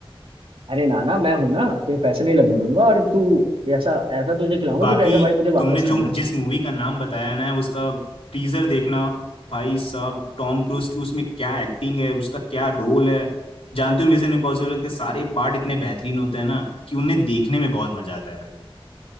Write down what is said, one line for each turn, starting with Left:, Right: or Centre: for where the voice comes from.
Right: अरे नाना मैं हूं ना तेरे पैसे नहीं लगने दूंगा और तू ऐसा ऐसा तुझे खिलाऊंगा
Left: बाकी
Right: तू कहेगा भाई मुझे
Left: तुमने
Right: वापस
Left: जो
Right: खाना है
Left: जिस मूवी का नाम बताया ना उसका टीजर देखना भाई साहब टॉम क्रूज की उसमें क्या एक्टिंग है उसका क्या रोल है जानते हो मिशन इम्पॉसिबल के सारे पार्ट इतने बेहतरीन होते हैं ना कि उन्हें देखने में बहुत मजा आता है भाई